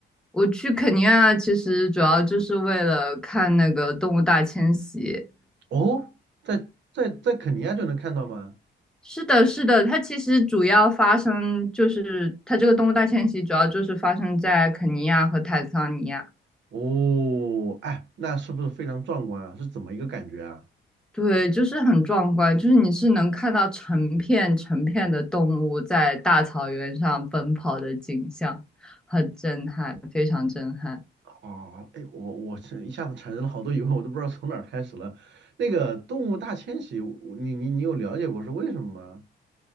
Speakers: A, in the centre; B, on the right.
A: 我去肯尼亚其实主要就是为了看那个动物大迁徙。
B: 哦，在在在肯尼亚就能看到吗？
A: 是的，是的，它其实主要发生就是它这个动物大迁徙主要就是发生在肯尼亚和坦桑尼亚。
B: 哦，哎，那是不是非常壮观啊？是怎么一个感觉啊？
A: 对，就是很壮观，就是你是能看到成片成片的动物在大草原上奔跑的景象，很震撼，非常震撼。
B: 哦，哎，我我是一下子产生了好多疑问，我都不知道从哪儿开始了。那个动物大迁徙，我你你你有了解过是为什么吗？